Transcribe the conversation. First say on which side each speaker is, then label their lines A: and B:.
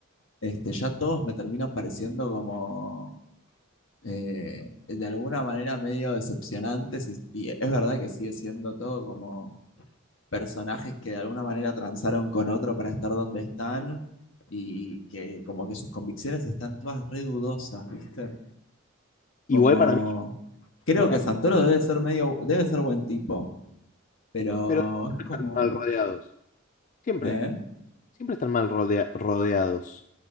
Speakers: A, on the left; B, on the left.
A: Este, ya todos me terminan pareciendo como eh, de alguna manera medio decepcionantes y, y es verdad que sigue siendo todo como personajes que de alguna manera transaron con otro para estar donde están y que como que sus convicciones están todas re dudosas, ¿viste?
B: Igual
A: Como
B: para mí,
A: creo
B: yo-
A: que
B: ah,
A: Santoro debe ser medio, debe ser buen tipo, pero
B: pero siempre
A: es como,
B: están mal rodeados. Siempre,
A: ¿eh?
B: siempre están mal rodea- rodeados.